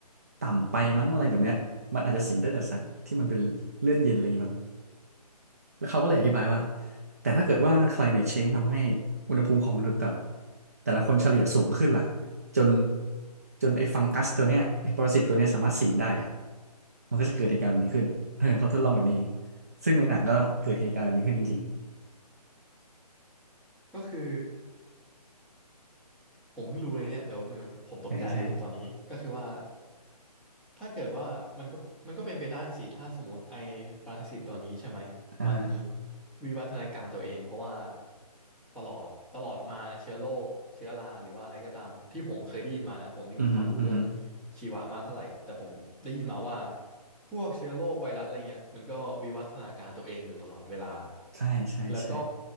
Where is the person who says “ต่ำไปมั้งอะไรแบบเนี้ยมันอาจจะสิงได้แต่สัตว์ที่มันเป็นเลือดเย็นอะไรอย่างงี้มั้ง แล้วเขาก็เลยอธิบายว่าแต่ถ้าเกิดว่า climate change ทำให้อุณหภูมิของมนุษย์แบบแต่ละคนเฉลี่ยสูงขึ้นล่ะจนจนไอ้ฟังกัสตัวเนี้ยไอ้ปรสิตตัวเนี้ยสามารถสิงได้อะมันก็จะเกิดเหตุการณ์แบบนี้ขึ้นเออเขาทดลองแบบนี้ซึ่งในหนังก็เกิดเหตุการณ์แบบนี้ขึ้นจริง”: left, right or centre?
Right